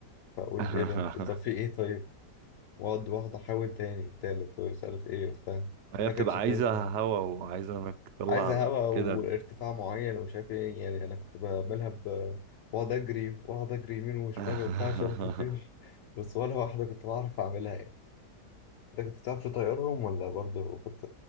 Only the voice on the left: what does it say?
فاقول
ايه ده طب في ايه طيب واقعد واحده احاول تاني تالت ومش عارف ايه وبتاع
ما
كانتش
بتنفع
عايزه هواء وارتفاع
معين ومش عارف ايه يعني انا كنت بعملها ب- بقعد اجري واقعد اجري يمين وشمال
وبتاع عشان تطير بس ولا واحده كنت بعرف اعملها يعني انت كنت بتعرف تطيرهم ولا برضه كنت